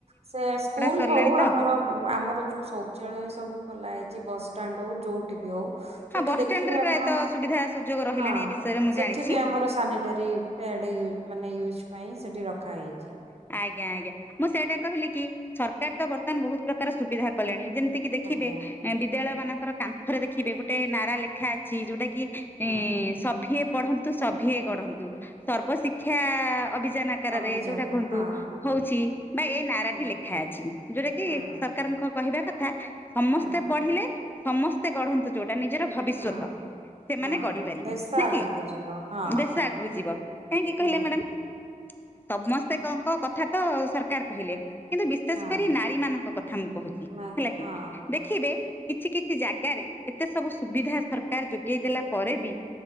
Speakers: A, on the right (about 50°); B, on the left (about 15°).
A: ସେ ସ୍କୁଲ
B: ସରିଲାଣି
A: ହଉ
B: ତ
A: ଆମର ଆମର ଯୋଉ ଶୌଚାଳୟ ସବୁ ଖୋଲା ହେଇଛି ବସ ଷ୍ଟାଣ୍ଡ ହଉ
B: ହଁ
A: ସେଠି
B: ବସଷ୍ଟାଣ୍ଡ
A: ଦେଖେ
B: ରେ ପ୍ରାୟତଃ
A: ଆପଣ
B: ସୁବିଧା ସୁଯୋଗ ରହିଲାଣି
A: ହଁ
B: ଏ ବିଷୟରେ ମୁଁ
A: ସେଠି
B: ଜାଣିଛି
A: ବି ଆମର ସାନିଟାରି ପ୍ୟାଡେ ମାନେ ୟୁଜ୍ ପାଇଁ ସେଇଠି ରଖାହେଇଛି।
B: <unintelligible> ଆଜ୍ଞା। ଆଜ୍ଞା। ମୁଁ ସେଇଟା କହିଲି କି? ସରକାର ତ ବର୍ତ୍ତମାନ ବହୁତ ପ୍ରକାର ସୁବିଧା କଲେଣି ଯେମିତି କିି ଦେଖିବେ
A: ଆଜ୍ଞା।
B: ବିଦ୍ୟାଳୟ ମାନଙ୍କର କାନ୍ଥରେ ଦେଖିବେ ଗୋଟେ ନାରା ଲେଖା ଅଛି ଯୋଉଟା କି?
A: ହଁ
B: ଏ ସଭି ପଢନ୍ତୁ। ତୁ ସଭିଏ ଗଢନ୍ତୁ
A: ସବୁ
B: ସର୍ବ ଶିକ୍ଷା ଅଭିଯାନ ଆକାରରେ
A: ଅଭିଯାନ
B: ହଉଛି
A: ହଁ
B: ବା ଏ ନାରା
A: ହଁ
B: ଟି ଲେଖା ଅଛି ଯୋଉଟା କି
A: ହଁ
B: ସରକାରଙ୍କ କହିବା କଥା। ସମସ୍ତେ
A: ହଁ
B: ପଢିଲେ। ସମସ୍ତେ ଗଢନ୍ତୁ ଯୋ ନିଜର ଭବିଷ୍ୟତ
A: ହଁ
B: ସେମାନେ
A: ହଁ
B: ଗଢି ପାରିବେ
A: ଦେଶ
B: ନାକି
A: ଆଗକୁ ଯିବ ହଁ
B: ଦେଶ ଆଗକୁ ଯିବ କାହିଁକି
A: ହୁଁ
B: କହିଲେ ମ୍ୟାଡମ? ସମ କଣ କଣ କଥା ତ ସରକାର କହିଲେ। ବିଶେଷ
A: ହଁ
B: କରି ନାରୀ ମାନଙ୍କ କଥା ମୁଁ କୋହୁଚି
A: ମା
B: ହେଲାକି
A: ହଁ
B: ଦେଖିବେ କିଛି କିଛି ଜାଗାରେ ଏତେ ସବୁ ସୁବିଧା ସରକାର ଯୋଗେଇ ଦେଲା ପରେ ବି